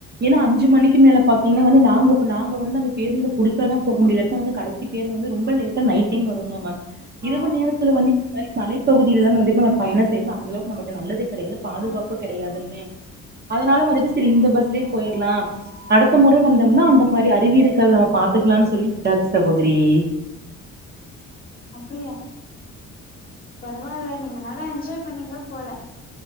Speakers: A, on the right; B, on the left.
A: ஏன்னா அஞ்சு மணிக்கு மேல பாத்தீங்கன்னா. வந்து நாங்க நாங்க வந்து அந்த பேருந்த பிடிச்ச தா போக முடிய வந்து கடைசி பேருந்து ரொம்ப லேட்டா நைட் டைம் வரும இரவு
B: ஆ
A: நேரத்தில்ல வலி இந்தமாரி மலைப்பகுதியில எல்லா வந்துட்டு நம்ம பயணோ செய்யறல அந்த அளவுக்கு நமக்கு நல்லது கிடையாது பாதுகாப்பு
B: ஆ
A: கிடையாதுங்களே அதுனால வந்துட்டு சரி இந்த பஸ்லே போயிடலாம் அடுத்த முறை
B: ம்
A: வந்தோம்னா அந்த மாதிரி அறிவி இருக்காது நம்ம பாத்துக்கலாம்னு சொல்லி விட்டாச்சி சகோதரியே
B: அப்படியா பரவாயில்ல நீங்க நால்லா என்ஜாய் பண்ணீங்க போல